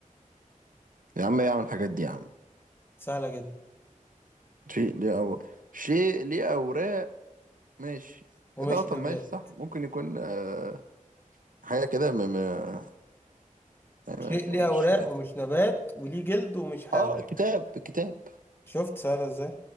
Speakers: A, on the right; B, on the left.
A: يا عم ايه اعمل الحاجات دي يا عم
B: سهلة جدا
A: شيء ليه أو شيء ليه أوراق ماشي
B: ومش
A: إيه ده طب
B: نبات
A: ماشي صح ممكن يكون آه حاجة كده م... م... أنا
B: شيء ليه أوراق
A: مش فاهم
B: ومش نبات وليه جلد ومش حيوان
A: اه كتاب كتاب
B: شفت سهلة ازاي؟